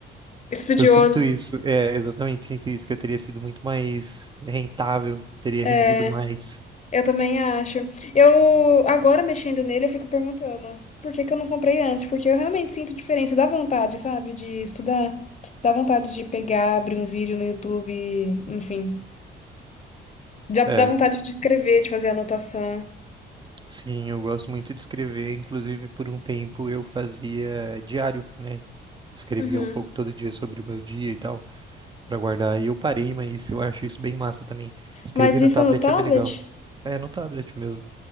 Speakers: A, on the left; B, on the right.
A: estudioso.
B: Eu sinto isso, é, exatamente, sinto isso, que eu teria sido muito mais rentável, teria
A: É.
B: rendido mais.
A: Eu também acho. Eu, agora mexendo nele, eu fico perguntando por que que eu não comprei antes? Porque eu realmente sinto diferença. Dá vontade, sabe, de estudar. Dá vontade de pegar, abrir um vídeo no YouTube, enfim. Dá
B: É,
A: dá vontade de escrever, de fazer anotação.
B: sim, eu gosto muito de escrever. Inclusive, por um tempo eu fazia diário, né? escrevia
A: Uhum.
B: um pouco todo dia sobre o meu dia e tal, pra guardar. E eu parei, mas eu acho isso bem massa também. Escrever
A: Mas
B: no
A: isso
B: tablet
A: no tablet?
B: é bem legal. É, no tablet mesmo.